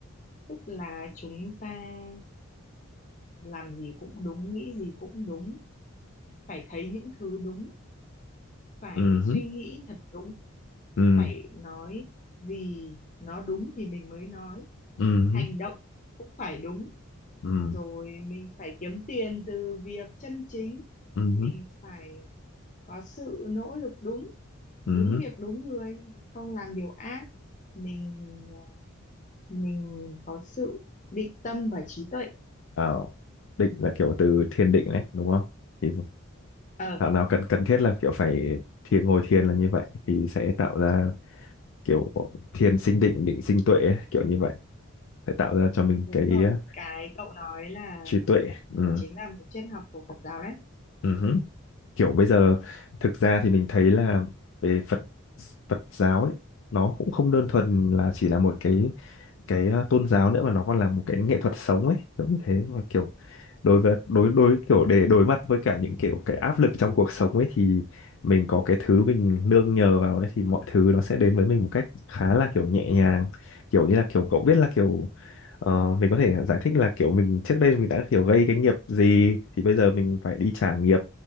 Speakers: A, on the left; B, on the left.
A: tức là chúng ta làm gì cũng đúng nghĩ gì cũng đúng phải thấy những thứ đúng phải
B: ừ,
A: suy
B: ừ,
A: nghĩ thật đúng
B: ừ,
A: phải nói gì nó đúng thì mình mới nói
B: ừ,
A: hành động cũng phải đúng
B: ừ,
A: rồi mình phải kiếm tiền từ việc chân chính
B: ừ,
A: mình phải có sự nỗ lực đúng
B: ừ,
A: đúng
B: ừ.
A: việc đúng người mình không làm điều ác mình ờ, mình có sự định tâm và trí tuệ
B: Ờ, định là kiểu từ thiền định đấy, đúng không? Thì
A: ờ
B: thảo nào cần cần thiết là kiểu phải thiền ngồi thiền là như vậy thì sẽ tạo ra kiểu thiền sinh định, định sinh tuệ ấy, kiểu như vậy sẽ tạo ra cho mình
A: đúng
B: cái
A: rồi
B: ờ,
A: cái cậu nói là
B: trí tuệ. Ừ,
A: là chính là một triết học của Phật giáo đấy
B: ừ, hứ. Kiểu bây giờ thực ra thì mình thấy là về Phật Phật giáo ấy nó cũng không đơn thuần là chỉ là một cái cái ờ, tôn giáo nữa mà nó còn là một cái nghệ thuật sống ấy kiểu như thế mà kiểu đối với đối đối kiểu để đối mặt với cả những kiểu cái áp lực trong cuộc sống ấy thì mình có cái thứ mình nương nhờ vào ấy thì mọi thứ nó sẽ đến với mình một cách khá là kiểu nhẹ nhàng kiểu như là kiểu cậu biết là kiểu ờ, mình có thể giải thích là kiểu mình trước đây mình đã kiểu gây cái nghiệp gì thì bây giờ mình phải đi trả nghiệp